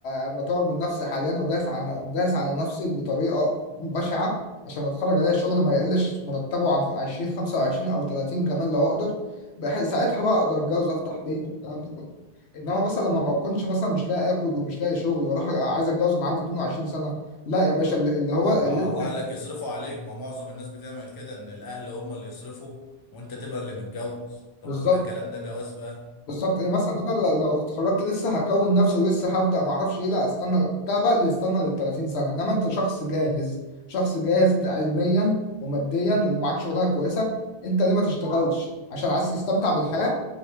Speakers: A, on the left; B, on the left.
A: آه، بطور من نفسي حاليا وداس على داس على نفسي بطريقه بشعه عشان اتخرج الاقي شغل ما يقلش مرتبه عن 20 25 او 30 كمان لو اقدر بحيث ساعتها بقى اقدر اتجوز وافتح بيت والكلام ده كله انما مثلا لما ما اكونش مثلا مش لاقي اكل ومش لاقي شغل واروح عايز اتجوز وانا عندي 22 سنه لا يا باشا اللي اللي هو اللي
B: اه او اهلك يصرفوا عليك ما معظم الناس بتعمل كده ان الاهل هم اللي يصرفوا وانت تبقى اللي متجوز طب
A: بالظبط
B: هو ده كلام ده جواز بقى
A: بالظبط يعني مثلا انا لو لو اتخرجت لسه هكون نفسي ولسه هبدا ما اعرفش ايه لا استنى ده بقى اللي يستنى لل 30 سنه انما انت شخص جاهز شخص جاهز علميا وماديا ومعاك شغلانه كويسه انت ليه ما تشتغلش عشان عايز تستمتع بالحياه